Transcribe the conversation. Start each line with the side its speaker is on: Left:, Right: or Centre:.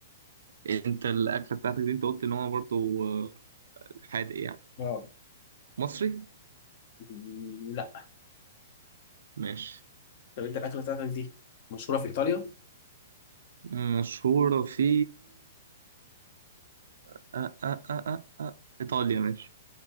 Right: انت الاكله بتاعتك دي انت قلت ان هو برضو آه، حادق يعني
Left: اه
Right: مصري
Left: مم، لا
Right: ماشي
Left: طب انت الاكله بتاعتك دي مشهوره في ايطاليا
Right: مشهوره في آه آه آه آه آه. آه، ايطاليا ماشي